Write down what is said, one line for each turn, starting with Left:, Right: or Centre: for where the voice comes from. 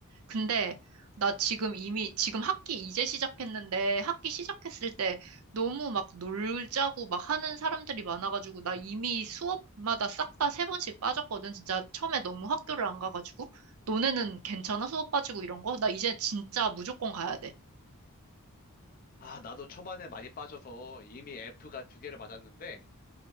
Right: 근데 나 지금 이미, 지금 학기 이제 시작했는데 학기 시작했을 때 너무 막 놀자고 막 하는 사람들이 많아가지고 나 이미 수업마다 싹 다 세 번씩 빠졌거든. 진짜 처음에 너무 학교를 안 가가지고 너네는 괜찮아? 수업 빠지고 이런 거? 나 이제 진짜 무조건 가야 돼.
Left: 아, 나도 초반에 많이 빠져서 이미 F가 두 개를 맞았는데